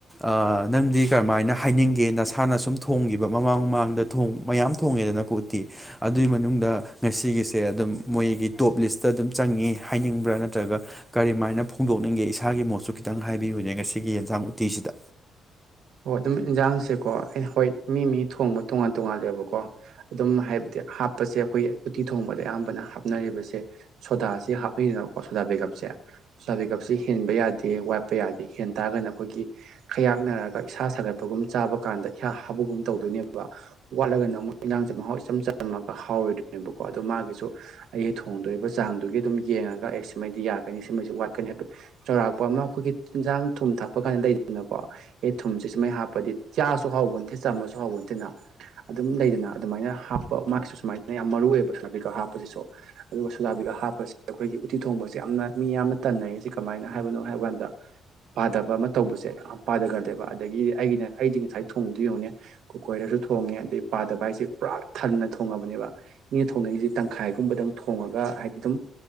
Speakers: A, in the centre; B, on the right (about 70°).
A: ꯑꯥ ꯅꯪꯗꯤ ꯀꯔꯝꯥꯏꯅ ꯍꯥꯏꯅꯤꯡꯒꯦ ꯅꯁꯥꯅ ꯁꯨꯝ ꯊꯣꯡꯈꯤꯕ ꯃꯃꯥꯡ ꯃꯃꯥꯡꯗ꯫ ꯊꯣꯡ ꯃꯌꯥꯝ ꯊꯣꯡꯉꯦꯗꯅꯀꯣ ꯎꯠꯇꯤ ꯑꯗꯨꯏ ꯃꯅꯨꯡꯗ꯫ ꯉꯁꯤꯒꯤꯁꯦ ꯑꯗꯨꯝ ꯃꯣꯏꯒꯤ ꯇꯣꯞ ꯂꯤꯁꯇ ꯑꯗꯨꯝ ꯆꯪꯉꯤ ꯍꯥꯏꯅꯤꯡꯕ꯭ꯔꯥ ꯅꯠꯇ꯭ꯔꯒ꯫ ꯀꯔꯤꯃꯥꯏꯅ ꯐꯣꯡꯗꯣꯛꯅꯤꯡꯒꯦ ꯏꯁꯥꯒꯤ ꯃꯣꯠꯁꯨ ꯈꯤꯇꯪ ꯍꯥꯏꯕꯤꯌꯨꯅꯦ ꯉꯁꯤꯒꯤ ꯌꯦꯟꯖꯥꯡ ꯎꯇꯤꯁꯤꯗ꯫
B: ꯑꯣ ꯑꯗꯨꯝ ꯏꯟꯖꯥꯡꯁꯦꯀꯣ ꯑꯦ ꯍꯣꯏ ꯃꯤ ꯃꯤ ꯊꯣꯡꯕ ꯇꯣꯉꯥꯟ ꯇꯣꯉꯥꯜꯂꯦꯕꯀꯣ꯫ ꯑꯗꯨꯝ ꯍꯥꯏꯕꯗꯤ ꯍꯥꯞꯄꯁꯦ ꯑꯩꯈꯣꯏ ꯎꯇꯤ ꯊꯣꯡꯕꯗ ꯑꯌꯥꯝꯕꯅ ꯍꯥꯞꯅꯔꯤꯕꯁꯦ ꯁꯣꯗꯥꯁꯦ ꯍꯞ ꯅꯩꯗꯅ ꯁꯤꯗ ꯕꯦꯒꯥꯞꯁꯦ꯫ ꯁꯣꯗ ꯕꯦꯒꯥꯞꯁꯦ ꯍꯦꯟꯕ ꯌꯥꯗꯦ ꯋꯥꯠꯄ ꯌꯥꯗꯦ ꯍꯦꯟ ꯇꯥꯔꯒꯅ ꯑꯩꯈꯣꯏꯒꯤ ꯈꯌꯥꯛꯅꯔꯒ꯫ ꯏꯁꯥ ꯁꯥꯒꯠꯄꯒꯨꯝ ꯆꯥꯕ ꯀꯥꯟꯗ ꯏꯍꯥ ꯍꯥꯕꯒꯨꯝ ꯇꯧꯗꯣꯏꯅꯦꯕ꯫ ꯋꯥꯠꯂꯒꯅ ꯑꯃꯨꯛ ꯏꯟꯁꯥꯡꯁꯦ ꯃꯍꯥꯎ ꯏꯆꯝ ꯆꯝꯃꯒ ꯍꯥꯎꯔꯣꯏꯗꯣꯏꯅꯦꯕꯀꯣ ꯑꯗꯣ ꯃꯥꯒꯤ ꯁꯨ ꯑꯩꯒꯤ ꯊꯣꯡꯗꯣꯏꯕ ꯆꯥꯡꯗꯨꯒꯤ ꯑꯗꯨꯝ ꯌꯦꯡꯉꯒ ꯑꯦ ꯁꯤꯃꯩꯗꯤ ꯌꯥꯒꯅꯤ ꯁꯤꯃꯩꯁꯤ ꯋꯥꯠꯀꯅꯤ ꯍꯥꯏꯕ ꯆꯥꯎꯧꯔꯥꯛꯄ ꯑꯃ ꯑꯩꯈꯣꯏꯒꯤ ꯏꯟꯖꯥꯡ ꯊꯨꯝ ꯊꯥꯛꯄ ꯀꯥꯟꯗ ꯂꯩꯗꯅꯀꯣ ꯑꯩ ꯊꯨꯝꯁꯦ ꯁꯨꯃꯩ ꯍꯥꯞꯄꯗꯤ ꯆꯥꯁꯨ ꯍꯥꯎꯕ ꯅꯠꯇꯦ ꯆꯝꯃꯁꯨ ꯍꯥꯎꯕ ꯅꯠꯇꯦꯗꯅ ꯑꯗꯨꯝ ꯂꯩꯗꯅ ꯑꯗꯨꯃꯥꯏꯅ ꯍꯥꯞꯄ ꯃꯥꯒꯤꯁꯤꯁꯨ ꯁꯨꯃꯥꯏꯅ ꯌꯥꯝ ꯃꯔꯨ ꯑꯣꯏꯕ ꯁꯣꯗꯥ ꯕꯩꯒꯞ ꯍꯥꯞꯄꯁꯤꯁꯨ ꯑꯗꯨꯒ ꯁꯣꯗꯥ ꯕꯩꯒꯞ ꯍꯥꯞꯄꯁꯦ ꯑꯩꯈꯣꯏꯒꯤ ꯎꯠꯇꯤ ꯊꯣꯡꯕꯁꯦ ꯌꯥꯝꯅ ꯃꯤ ꯌꯥꯝꯅ ꯇꯟꯅꯩꯁꯦ ꯀꯃꯥꯏꯅ ꯍꯥꯏꯕꯅꯣ ꯍꯥꯏꯕ ꯀꯥꯟꯗ ꯄꯥꯗꯕ ꯑꯃ ꯇꯧꯕꯁꯦ ꯌꯥꯝ ꯄꯥꯗꯒꯟꯂꯦ ꯕ ꯑꯗꯒꯤ ꯑꯩꯒꯤꯅ ꯑꯩꯗꯤ ꯉꯁꯥꯏ ꯊꯣꯡꯕꯗꯨ ꯌꯦꯡꯉꯨꯅꯦ ꯀꯨꯀꯔꯗꯁꯨ ꯊꯣꯡꯉꯦ ꯄꯥꯗꯕ ꯍꯥꯏꯁꯦ ꯄꯨꯔꯥ ꯊꯟꯅ ꯊꯣꯡꯉꯕꯅꯦꯕ ꯃꯤꯅ ꯊꯣꯡꯅꯩꯁꯦ ꯇꯪꯈꯥꯏꯒꯨꯝꯕꯗꯪ ꯊꯣꯡꯉꯒ ꯍꯥꯏꯗꯤ ꯑꯗꯨꯝ